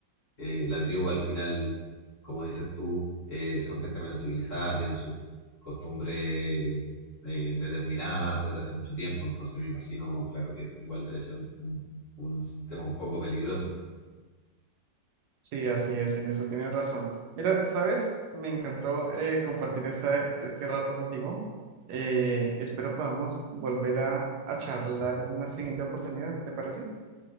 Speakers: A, on the left; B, on the right.
A: Eh, la tribu al final, como dices tú, eh, son gente menos civilizada, tienen sus costumbres eh, determinadas desde hace mucho tiempo, entonces me imagino, claro que igual debe ser un, un tema un poco peligroso.
B: Sí, así es, en eso tienes razón. Mira, ¿sabes? Me encantó eh, compartir esta- este rato contigo. Eh, espero podamos volver a, a charlar en una siguiente oportunidad, ¿te parece?